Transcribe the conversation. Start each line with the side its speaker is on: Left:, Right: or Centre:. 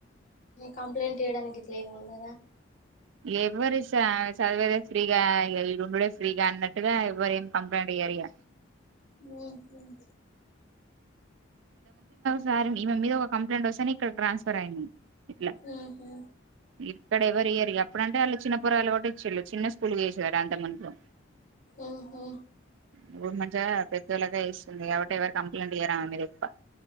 Left: కంప్లైంట్ చేయడానికి ఇట్లా ఏమి ఉండదా
Right: ఎవ్వరు స చదివేదే ఫ్రీగా ఇ ఈ ఉండుడే ఫ్రీగా అన్నట్టుగా ఎవ్వరు ఏం కంప్లైంట్ ఇయ్యారు ఇగ
Left: హుమ్
Right: సార్ ఈమె మీద ఒక కంప్లైన్ వస్ ని ఇక్కడ ట్రాన్స్ఫర్ అయింది ఇట్లా
Left: ఉహు
Right: ఇక్కడ ఎవరు వయ్యారు అప్పుడ అంటే వాళ్ళ చిన్న పొరగాలు కూడా ఇచ్చేళ్ళు చిన్న స్కూల్కి వసారు అంత ముందుకు
Left: ఆఓహ
Right: ఇప్పుడు మంచి్య పెద్దోళ్ళగా ఇస్తుంది కాబట్టి ఎవరు కంప్లైంట్ చేయారమా మీ ఆ